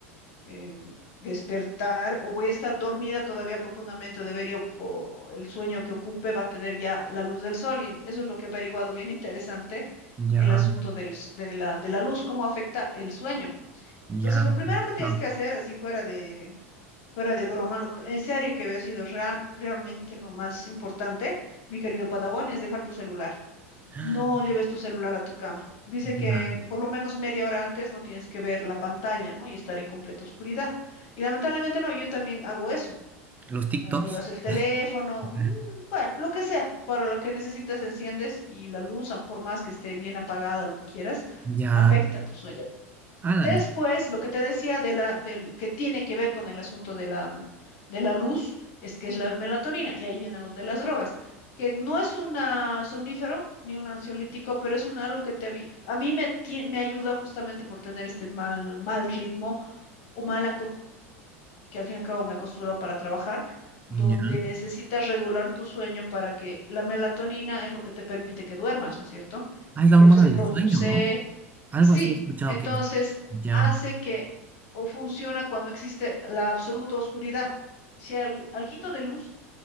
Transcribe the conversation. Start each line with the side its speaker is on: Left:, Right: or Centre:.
Left: eh, despertar o voy a estar dormida todavía profundamente, o debería, o o el sueño que ocupe va a tener ya la luz del sol y eso es lo que he averiguado, bien interesante,
Right: Ya,
Left: el asunto del s- de la, de la luz, cómo afecta el sueño.
Right: ya,
Left: Entonces, lo primero
Right: sí, he escuchado.
Left: que tienes que hacer, así fuera de, fuera de broma, lo, pr- en serio que había sido real- realmente lo más importante, mi querido Padawan, es dejar tu celular.
Right: <gasps>
Left: No lleves tu celular a tu cama. Dice que
Right: Ya.
Left: por lo menos media hora antes no tienes que ver la pantalla, ¿no? Y estar en completa oscuridad. Y lamentablemente no, yo también hago eso.
Right: Los TikToks.
Left: Ah, llevas el teléfono,
Right: <laughs>
Left: mm, bueno, lo que sea, para lo que necesitas enciendes y la luz, ah, por más que esté bien apagada, lo que quieras,
Right: Ya.
Left: afecta tu sueño.
Right: Ah, la
Left: Después,
Right: mi-
Left: lo que te decía de la, del que tiene que ver con el asunto de la, de la luz, es que es la melatonina, y ahí viene lo de las drogas, que no es un somnífero ni un ansiolítico, pero es un algo que te, avi- a mí me, tie- me ayuda justamente por tener este mal, mal ritmo o mala costumbre, que al fin y al cabo me acostumbro para trabajar, donde
Right: Ya.
Left: necesitas regular tu sueño para que la melatonina es lo que te permite que duermas, ¿no es cierto?
Right: Ah, es la
Left: que
Right: hormona
Left: se
Right: del
Left: produce
Right: sueño, ¿no? Algo
Left: Sí,
Right: así he escuchado
Left: entonces
Right: que es. Ya,
Left: hace que o funciona cuando existe la absoluta oscuridad. Si hay algo, alguito de luz,